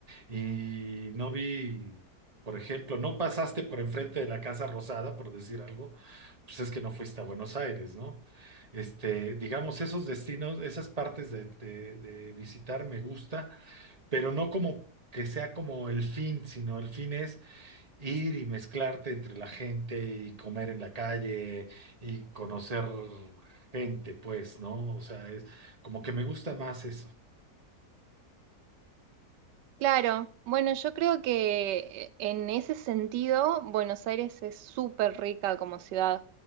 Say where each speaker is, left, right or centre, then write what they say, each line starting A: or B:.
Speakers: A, on the right (about 25°); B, on the right (about 85°).
A: y no vi, por ejemplo, no pasaste por enfrente de la Casa Rosada, por decir algo, pues es que no fuiste a Buenos Aires, ¿no? Este, digamos, esos destinos, esas partes de, de- de visitar me gusta, pero no como que sea como el fin, sino el fin es ir y mezclarte entre la gente y comer en la calle y conocer gente, pues, ¿no? O sea, es como que me gusta más eso.
B: Claro, bueno, yo creo que en ese sentido Buenos Aires es súper rica como ciudad,